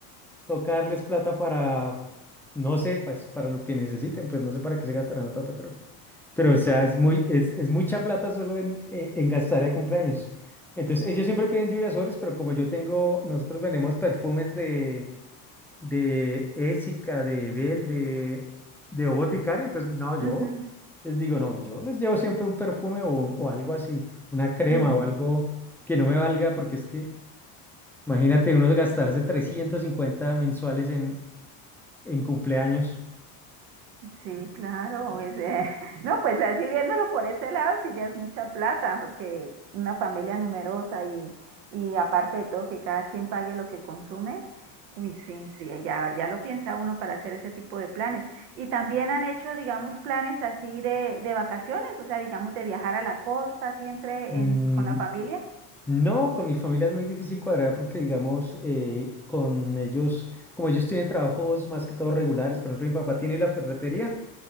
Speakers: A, in the centre; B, on the right.
A: tocarles plata para, no sé, pues para lo que necesiten, pues no sé para qué se gastarán la plata, pero, pero o sea, es muy, es, es mucha plata solo en, eh, en gastar de cumpleaños. Entonces, ellos siempre piden lluvias sobres, pero como yo tengo, nosotros vendemos perfumes de de Ésica, de Ebel, de, de O Boticario, entonces no, yo
B: Ujú.
A: les digo, no, yo les llevo siempre un perfume o, o algo así, una crema
B: Ujú.
A: o algo que no me valga, porque es que imagínate uno gastarse 350 mensuales en, en cumpleaños.
B: Sí, claro. es, eh, <laughs> no, pues así viéndolo por ese lado, sí ya es mucha plata, porque una familia numerosa y, y aparte de todo que cada quien pague lo que consume, uy, sí, sí, ya, ya lo piensa uno para hacer ese tipo de planes. Y también han hecho, digamos, planes así de, de vacaciones, o sea, digamos, de viajar a la costa, así entre
A: Mm,
B: en- con la familia.
A: no, con mi familia es muy difícil cuadrar porque, digamos, eh, con ellos, como ellos tienen trabajos más que todo regulares, por ejemplo, mi papá tiene la ferretería.